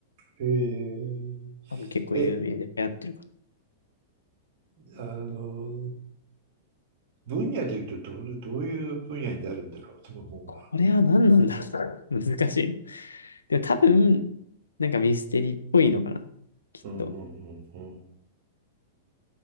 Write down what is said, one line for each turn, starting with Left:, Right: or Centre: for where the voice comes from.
Right: へえ。
Left: 多分結構有名で流行ってるから。
Right: え、あの、分野で言うとどうどういう分野になるんだろう、その本は。
Left: これは何なんだろう。<laughs> 難しい。でも多分、なんかミステリーっぽいのかな。きっと。
Right: うんうんうんうん。